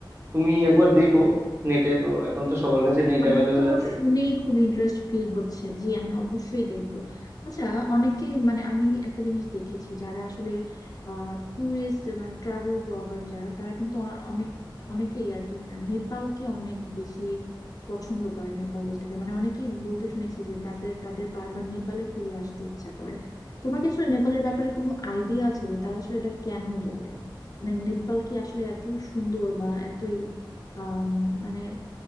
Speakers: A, on the right; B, on the left.
A: তুমি একবার দেখো নেটে তো এখন তো সবার কাছে নেট
B: আমার
A: অ্যাভেলেবেল
B: তো
A: আছে
B: শুনেই খুব ইন্টারেস্ট ফিল হচ্ছে জি আমি অবশ্যই দেখবো আচ্ছা অনেকে মানে আমি একটা জিনিস দেখেছি যারা আসলে ট্যুরিস্ট মানে ট্রাভেল ব্লগার যারা তারা কিন্তু অ- অনেক অনেকেই আর কি নেপালকে অনেক বেশি পছন্দ করে নেপাল দেশটাকে মানে অনেকেই বলতে শুনেছি যে তাদের তাদের বারবার নেপালে ফিরে আসতে ইচ্ছা করে তোমার কি আসলে নেপালের ব্যাপারে কোনো আইডিয়া আছে যে তারা আসলে এটা কেন বলে মানে নেপাল কি আসলে এত সুন্দর বা এতই আম, মানে